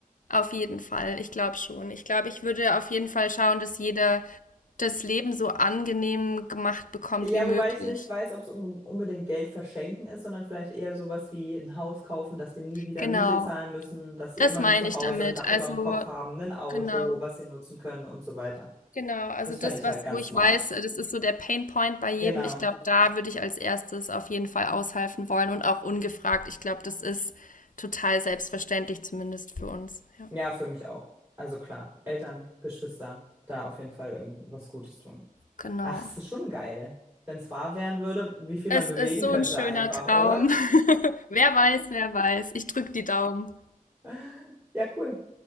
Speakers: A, on the left (about 65°); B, on the right (about 20°).
A: Auf jeden Fall, ich glaube schon. Ich glaube, ich würde auf jeden Fall schauen, dass jeder das Leben so angenehm gemacht bekommt
B: Ja,
A: wie möglich.
B: wobei ich nicht weiß, ob es un unbedingt Geld verschenken ist, sondern vielleicht eher sowas wie ein Haus kaufen, dass sie nie wieder
A: Genau,
B: Miete zahlen müssen, dass sie
A: das
B: immer
A: meine
B: ein Zuhause,
A: ich damit.
B: ein Dach
A: Also
B: über dem Kopf haben, ein Auto,
A: Genau,
B: was sie nutzen können und so weiter.
A: genau. Also
B: Das
A: das,
B: fände ich
A: was
B: halt ganz
A: wo ich
B: smart.
A: weiß, äh, das ist so der Pain Point bei jedem.
B: Genau.
A: Ich glaube, da würde ich als erstes auf jeden Fall aushelfen wollen und auch ungefragt. Ich glaube, das ist total selbstverständlich, zumindest für uns. Ja,
B: Ja, für mich auch. Also klar, Eltern, Geschwister, da auf jeden Fall irgendwie was Gutes tun.
A: genau.
B: Ach, es ist schon geil, wenn es wahr werden würde, wie viel
A: Es
B: man bewegen
A: ist so
B: könnte
A: ein schöner
B: einfach,
A: Traum.
B: oder?
A: <laughs> Wer weiß, wer weiß. Ich drücke die Daumen.
B: <laughs> Ja, cool.